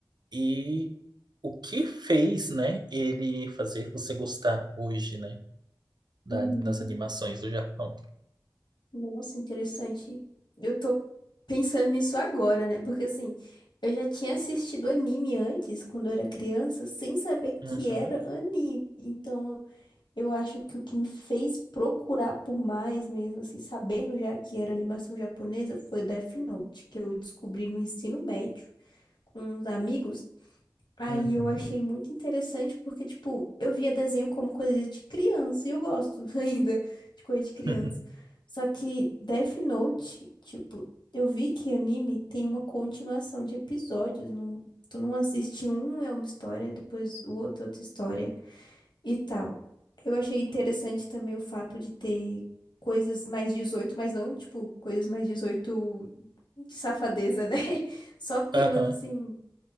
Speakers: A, on the right; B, on the left.
A: E o que fez, né, ele fazer você gostar hoje, né, da-
B: Uhum.
A: das animações do Japão?
B: Nossa, interessante. Eu tô pensando nisso agora, né? Porque assim, eu já tinha assistido anime antes, quando eu era criança, sem saber que
A: Uhum,
B: era anime. Então, eu acho que o que me fez procurar por mais mesmo, assim, sabendo já que era animação japonesa, foi Death Note, que eu descobri no ensino médio com uns amigos. Aí
A: uhum,
B: eu achei muito interessante porque, tipo, eu via desenho como coisa de criança e eu gosto <laughs> ainda de coisa de criança.
A: <laughs>
B: Só que Death Note, tipo, eu vi que anime tem uma continuação de episódios. Não, tu não assiste um, é uma história, depois o outro, outra história e tal. Eu achei interessante também o fato de ter coisas mais dezoito mas não, tipo, coisas mais 18 de safadeza, né? <laughs> Só temas
A: aham.
B: assim.